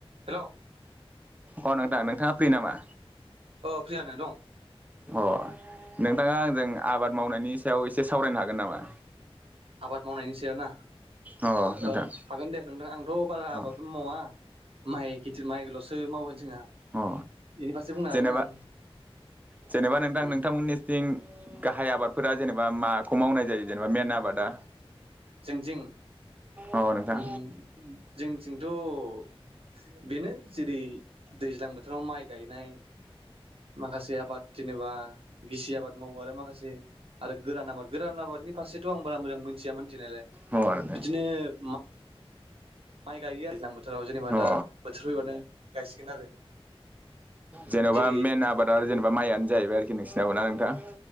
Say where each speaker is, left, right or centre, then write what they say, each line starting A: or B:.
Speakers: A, on the right; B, on the right.
A: Hello.
B: अ नोंथां नोंथाङा फ्रि नामा?
A: अ फ्रियानो दं।
B: अ नोंथाङा आंजों आबाद मावनायनि सायाव एसे सावरायनो हागोन नामा?
A: आबाद मावनायनि सायाव ना
B: अ नोंथां
A: ओ हागोन दे नोंथां आंथ' बारा आबादबो
B: अ
A: मावा। माइ खेथि माइल'सो मावो जोंहा
B: अ
A: एनि फारसे बुंनो
B: जेनेबा
A: हागोन आं
B: जेनेबा नोंथां
A: उम।
B: नोंथांमोननिथिं गाहाय आबादफोरा जेनेबा माखौ मावनाय जायो जेनेबा मेन आबादा?
A: जोंथिं।
B: अ नोंथां
A: उम जोंनि जोंथ' बेनो जेरै दैज्लां बोथोराव माइ गायनाय माखासे आबाद जेनेबा गिसि आबाद मावो आरो माखासे आरो गोरान आबाद गोरान आबादनि फारसेथ' आं बारा मोजां मोनथियामोन। थिनायलाय।
B: अ नोंथां
A: बिदिनो मा माइ गायो दैज्लां बोथोराव जेनेबा
B: अ
A: दा बोथोर फैबानो गायसिगोन आरो।
B: जेन'बा
A: जेरै
B: मेन आबाद आरो जेनेबा माइयानो जाहैबाय आरो खि नोंसिनाबो ना नोंथां?